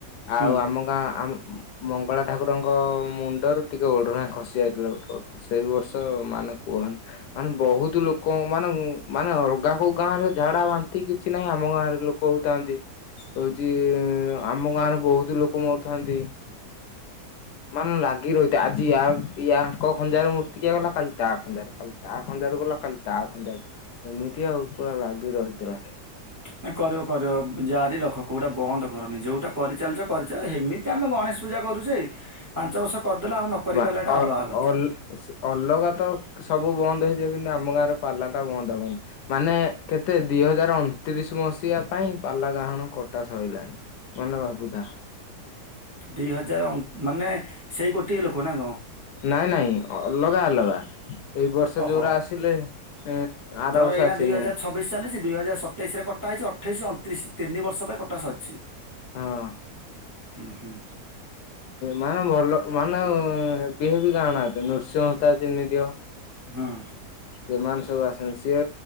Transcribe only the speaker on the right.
ହୁଁ।
ହ <inaudible> କରିବ କରିବ ଜାରି ରଖ କୋଉଟା ବନ୍ଦ କରନି ଯୋଉଟା କରିଚାଲିଛ କରିଚାଲ ସେମିତି ଆମେ ଗଣେଶ ପୂଜା କରୁଛେ ପାଞ୍ଚ ବର୍ଷ କରିଦେଲା ଆଉ ନ କରି
ପାରିଲା ଏଟା
ଅଲଗା କଥା।
ଦି ହଜାର ମାନେ ସେଇ ଗୋଟିଏ ଲୋକ ନା କଣ?
ଓହୋ
ଧର
ଏଇନା
ଦୁଇ ହଜାର ଛବିଶ ଚାଲିଛି ଦୁଇ ହଜାର ସତେଇଶରେ କଟା ହେଇଛି ଅଠେଇଶି ଅଣତିରିଶି ତିନି ବର୍ଷ ପାଇଁ କଟାସରିଛି
ହୁଁ ହୁ।
ହଁ।